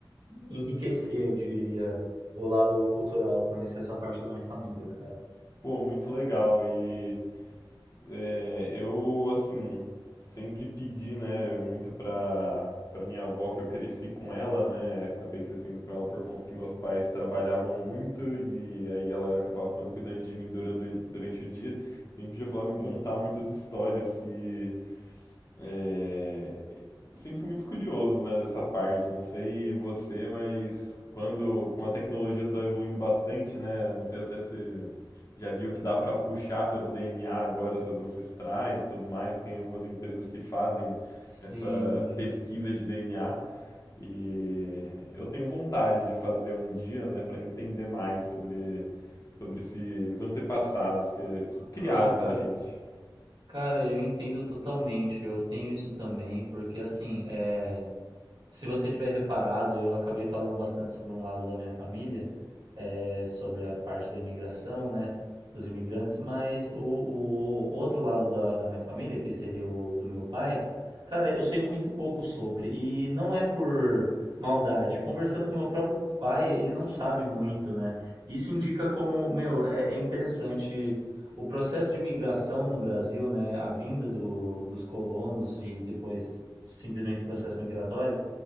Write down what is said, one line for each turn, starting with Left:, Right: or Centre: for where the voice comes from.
Right: enriquecer, eu diria, o lado cultural, conhecer essa parte da minha família, cara.
Left: Pô, muito legal. E é, eu, assim, sempre pedi, né, muito pra, pra minha avó, que eu cresci com ela, né? Acabei crescendo com ela por conta que meus pais trabalhavam muito e aí ela acabava ficando cuidando de mim durante, durante o dia. Sempre pedia pra ela me
Right: Sim.
Left: contar muitas histórias. E É, eu sempre fui muito curioso, né, dessa parte. Não sei você, mas quando, como a tecnologia está evoluindo bastante, né, não sei até se já viu que dá para puxar pelo DNA agora seus ancestrais e tudo mais. Tem algumas empresas que fazem
Right: Sim.
Left: essa pesquisa de DNA e eu tenho vontade de fazer um dia, né, para entender mais sobre sobre esses antepassados que, que criaram
Right: Não, cara.
Left: a gente.
Right: Cara, eu entendo totalmente. Eu tenho isso também, porque assim, é, se você tiver reparado, eu acabei falando bastante sobre um lado da minha família. eh, sobre a parte da imigração, né, dos imigrantes, mas o, o outro lado da, da minha família, que seria o do meu pai, cara, eu sei muito pouco sobre, e não é por maldade. Conversando com meu próprio pai, ele não sabe muito, né? Isso indica como, meu, é, é interessante o processo de migração no Brasil, né, a vinda do, dos colonos e depois simplesmente processo migratório,